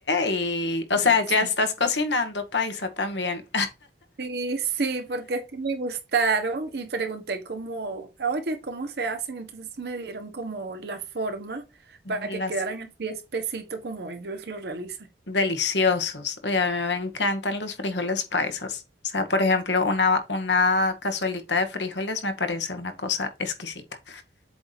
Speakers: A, on the left (about 80°); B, on the right (about 65°).
A: y, o
B: Sí,
A: sea, ya
B: sí.
A: estás cocinando paisa también.
B: sí, sí, porque es que me gustaron y pregunté como, oye, ¿cómo se hacen? Entonces me dieron como la forma
A: <laughs>
B: para
A: Las
B: que quedaran así espesito como ellos lo realizan.
A: deliciosos. Oye, a mí me encantan los frijoles paisas. O sea, por ejemplo, una, una cazuelita de frijoles me parece una cosa exquisita.